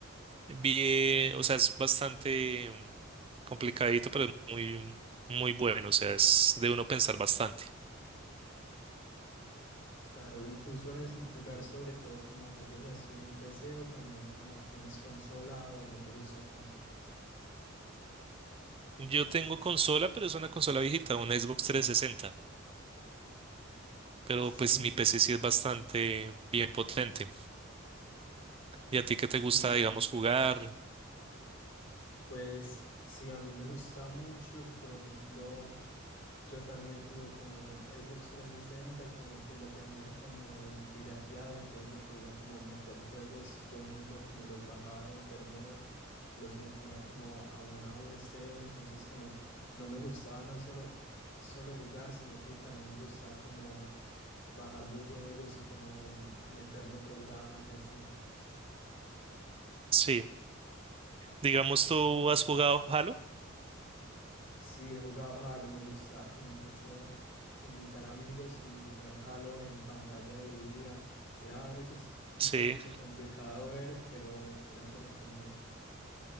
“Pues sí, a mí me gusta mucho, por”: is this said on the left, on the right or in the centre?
Left